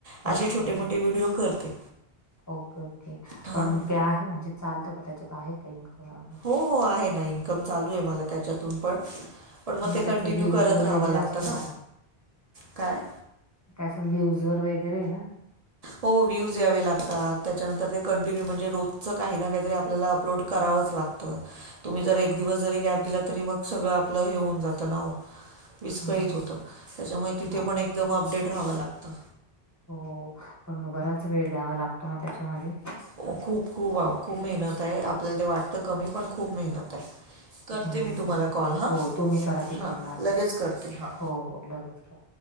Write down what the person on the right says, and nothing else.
असे छोटे मोठे व्हिडिओ करते.
हां
हो हो आहे ना इन्कम चालू आहे मला त्याच्यातून पण. पण मग ते
कंटिन्यू
करत राहावं
लागतं
ना काय.
हो व्ह्यूज या्यावे लागतात त्याच्यानंतर ते कंटिन्यू म्हणजे रोजचं काही ना काहीतरी आपल्याला अपलोड करावंच लागतं. तुम्ही जर एक दिवस
जरी गॅप दिला तरी मग सगळं आपलं हे होऊन जातं ना. विस्कळीत
होतं त्याच्यामुळे तिथे
पण एकदम अपडेट राहावं लागतं.
खूप खूप खूप मेहनत आहे आपल्याला ते वाटतं कमी पण खूप मेहनत आहे. करते
मी तुम्हाला कॉल हां
हां
लगेच करते हां.